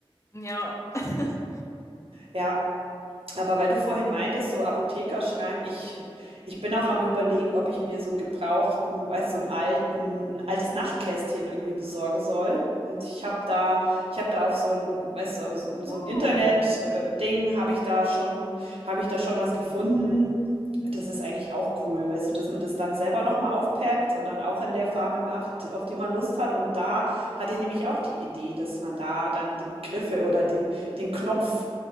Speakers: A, on the left (about 30°); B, on the right (about 80°).
A: Ja. <laughs>
B: Ja, Aber weil du vorhin meintest, so Apothekerschrank, ich, ich bin auch am Überlegen, ob ich mir so einen gebrauchten, weißt du, so einen alten, ein altes Nachtkästchen irgendwie besorgen soll. Und ich habe da, ich habe da auf so ein, weißt du, auf so ein so
A: Oh.
B: ein Internet-Ding habe ich da schon, habe ich da schon was gefunden. Das ist eigentlich auch cool, weißt du, dass man das dann selber nochmal aufpeppt und dann auch in der Farbe macht, auf die man Lust hat. Und da hatte ich nämlich auch die Idee, dass man da dann die Griffe oder den, den Knopf